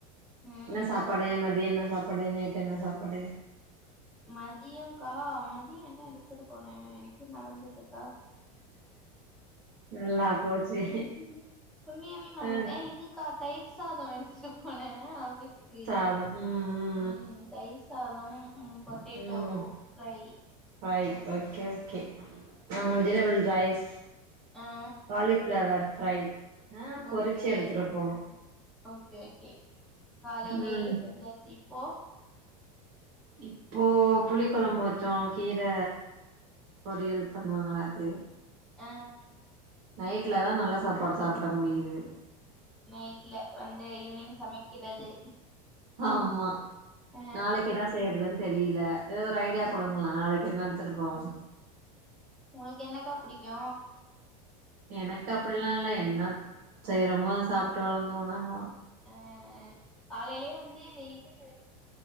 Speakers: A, in the centre; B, on the right (about 75°).
A: ம்
B: என்ன சாப்பாடு மதியோ என்ன சாப் பாடு நைட்டு என்ன சாப்பாடு
A: மதியோங்க்கா மதியோ என்ன எடுத்துட்டு போனே எனக்கே மறந்துட் டுக்கா
B: நல்லா போச்சு
A: ம் ம் உண்மையாவே மாறந்துட்ட
B: ஆ
A: இதுக்கா தயிர் சாதோ எடுத்துட்டு போன ஆபீஸ்க்கு
B: அதா ம் ம்
A: ம் தயிர் சாதம் பொட்டேட்டோ
B: ம் ம்
A: ஃப்ரை
B: ஃப்ரை ஓகே ஓகே நாங்க வெஜிடபிள் ரைஸ்
A: அ
B: காலிஃப்ளவர் ஃப்ரை ஆ பொறிச்சு
A: ஓகே
B: எடுத்துட்டு போனோ
A: ஓகே ஓகே காலைலயே
B: ம்
A: செஞ்சாச்சு இப்போ
B: இப்போ புளி கொழம்பு வச்சோ கீர பொரியல் பண்ணுவாங்கல்ல அது
A: ஆ
B: நைட்ல தா நல்ல சாப்பாடு சாப்பிட முடியிது
A: நைட்ல வந்து ஈவினிங் சமைக்கிறது
B: ஆமா
A: ஆ
B: நாளைக்கு என்ன செய்றதுன் தெரிய்ல எதாது ஒரு ஐடியா
A: ஆ
B: குடுங்களே நாளைக்கு என்ன எடுத்துட்டு போவோ
A: உங்களுக்கு என்னக்கா புடிக்கு
B: எனக்கு அப்டிலா இல்ல என்ன செய்றமோ அத சாப்ட்டு வளந்ததோ நாங்கல்லா
A: ஆ காலைலே வந்து இது